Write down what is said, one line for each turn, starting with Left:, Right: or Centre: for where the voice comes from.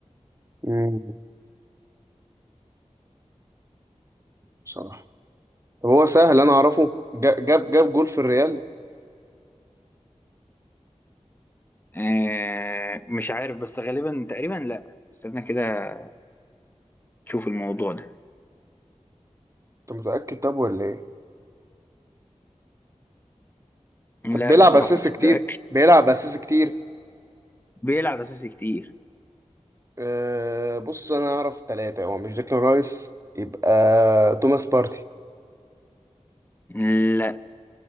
Right: مم. بصراحة طب هو سهل انا اعرفه جا- جاب جاب جول في الريال
Left: آه مش عارف بس غالبا تقريبا لا استنى كده تشوف الموضوع ده
Right: انت متأكد طب ولا ايه
Left: لا
Right: طب بيلعب
Left: بصراحة
Right: اساسي
Left: مش
Right: كتير
Left: متأكد
Right: بيلعب اساسي كتير
Left: بيلعب أساسي كتير
Right: أه بص انا اعرف ثلاثة هو مش ديكلان رايس يبقى توماس بارتي
Left: لا